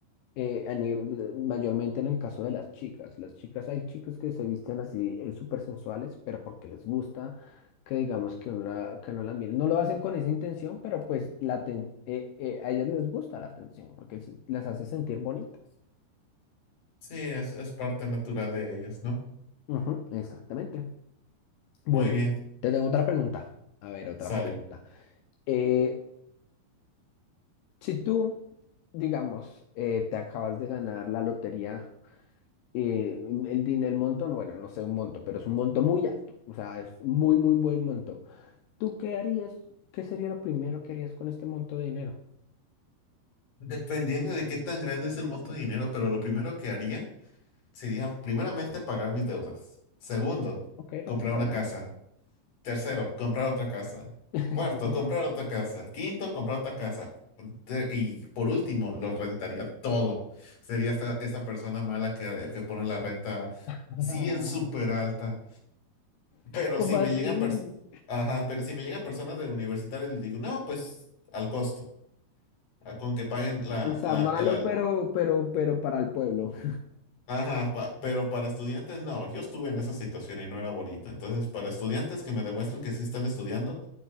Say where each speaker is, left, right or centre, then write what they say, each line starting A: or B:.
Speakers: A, on the left (about 80°); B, on the left (about 45°).
A: Eh, en el- mayormente en el caso de las chicas. Las chicas, hay chicas que se visten así eh, súper sensuales, pero porque les gusta que digamos que uno, la, que no las mire. No lo hacen con esa intención, pero pues la aten- eh, eh, a ellas les gusta la atención porque se- las hace sentir bonitas.
B: Sí, es, es parte natural de ellas, ¿no?
A: Ujú, exactamente. Bueno,
B: Muy bien,
A: te tengo otra pregunta. A ver, otra
B: sale.
A: pregunta. Eh, si tú, digamos, eh, te acabas de ganar la lotería, eh, el, din- el monto, bueno, no sé un monto, pero es un monto muy alto, o sea, es muy, muy buen monto. ¿Tú qué harías? ¿Qué sería lo primero que harías con este monto de dinero?
B: Dependiendo de qué tan grande es el monto de dinero, pero lo primero que haría sería primeramente pagar mis deudas. Segundo,
A: Ok, responsable.
B: comprar una casa. Tercero, comprar otra casa.
A: <laughs>
B: Cuarto,
A: Ok.
B: comprar otra casa. Quinto, comprar otra casa. Te- Y por último, lo rentaría todo. Sería esa, esa persona mala que, que pone la renta,
A: <laughs>
B: sí, en súper alta. Pero
A: ¿Cómo
B: si
A: así?
B: me llegan, pers- Ajá, pero si me llegan personas de universitarios, les digo, no, pues al costo. Ah, Con que paguen la,
A: O sea,
B: la,
A: malo,
B: el, al-
A: pero, pero, pero para el pueblo. <laughs>
B: ajá, pa- pero para estudiantes no, yo estuve en esa situación y no era bonito. Entonces, para estudiantes que me demuestran que sí están estudiando,